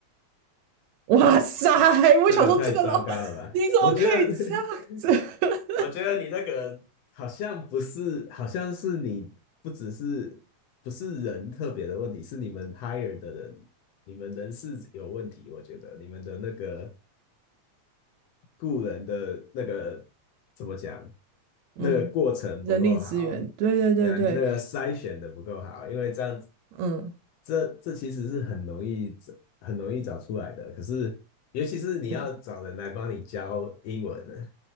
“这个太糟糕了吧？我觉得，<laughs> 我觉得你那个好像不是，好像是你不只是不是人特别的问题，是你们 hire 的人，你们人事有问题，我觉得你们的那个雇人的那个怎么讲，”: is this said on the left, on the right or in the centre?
Left